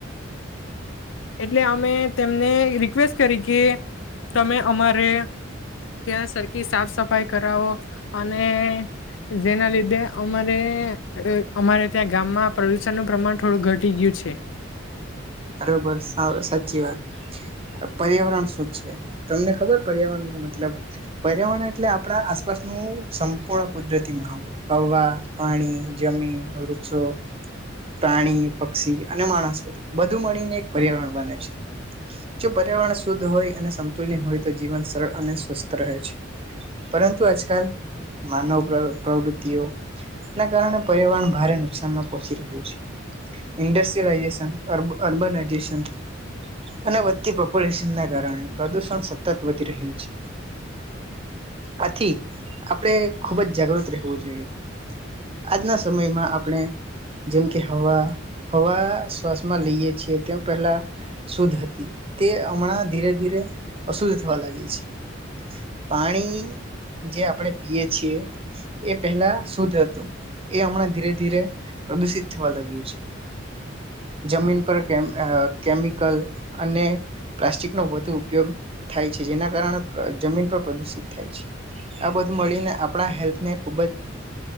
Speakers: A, on the left; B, on the right.
A: એટલે અમે તેમને રિક્વેસ્ટ કરી, કે તમે અમારે ત્યાં સરખી સાફ સફાઈ કરાવો અને. જેના લીધે અમારે, અમારે ત્યાં ગામમાં પ્રદુષણનું પ્રમાણ, થોડું ઘટી ગયું છે.
B: બરોબર સાચી, વાત પર્યાવરણ શું છે, તમને ખબર પર્યાવરણ. મતલબ પ. પર્યાવા એટલે આપણા, આસપાસનું સંપૂર્ણ કુદરતી, માહોલ હવા પાણી જમીન વૃક્ષો પ્રાણી પક્ષી, અને માણસો. વધુ મળીને એક પર્યાવરણ બને છે, જો પર્યાવરણ શુદ્ધ હોય, અને સમતુલન હોય, તો જીવન સરળ અને સ્વસ્થ રહે છે, પરંતુ આજકાલ માનવ પ્રવૃતિઓ ના કારણે પર્યાવરણ ભારે નુકસાનમાં પહોંચી રહ્યું છે, ઇન્ડસ્ટ્રીયલાેશન. અર્બનાઈઝેશન અને વધતી પોપ્યુલેશન ના કારણે પ્રદુષણ સતત વધી રહ્યું છે, આથી આપણે ખુબજ, જાગૃત રહેવું જોઈએ આજના સમયમાં આપણે જેમ કે હવા હવા. શ્વાસમાં લઈએ છીએ તે પહેલા શુદ્ધ હતી તે હમણાં ધીરે ધીરે, અશુદ્ધ થવા લાગી છે, પાણી જે આપણે પીય છીએ એ પહેલા શુદ્ધ હતું એ હમણાં ધીરે ધીરે, પ્રદુષિત થવા લાગ્યું છે. જમીન, પર કેમિકલ અને પ્લાસ્ટિકનોો વધુ ઉપયોગ થાય છે, જેના કારણે જમીન પર પ્રદુષિત થાય છે, આ બધું મળીને આપણા હેલ્થને ખૂબજ